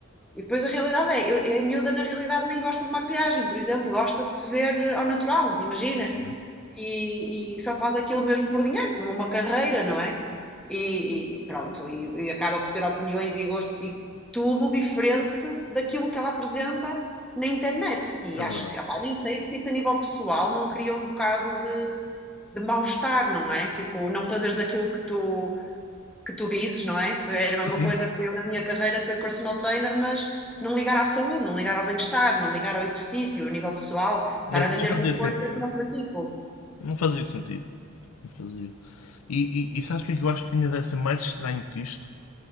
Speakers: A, in the centre; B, on the left (about 75°).
A: E depois a realidade é, eu, a miúda na realidade nem gosta de maquilhagem, por exemplo, gosta de se ver ao natural, imagina
B: yeah.
A: e, e só faz aquilo mesmo por dinheiro, como uma carreira, não é? E, e pronto, e, e acaba por ter opiniões e gostos e tudo diferente daquilo que ela apresenta na internet. E
B: É
A: acho
B: verdade.
A: que, opá, nem sei se isso a nível pessoal não cria um bocado de, de mal-estar, não é? Tipo, não fazeres aquilo que tu, que tu dizes, não é? Era uma
B: Sim, sim.
A: coisa que eu na minha carreira ser personal trainer, mas. Não ligar à saúde, não ligar ao bem-estar, não ligar ao exercício, a nível pessoal, estar
B: Não,
A: a vender
B: não fazia
A: uma coisa
B: sentido.
A: que não pratico.
B: Não fazia sentido. Não fazia. E, e, e sabes o que é que eu acho que ainda deve ser mais estranho que isto?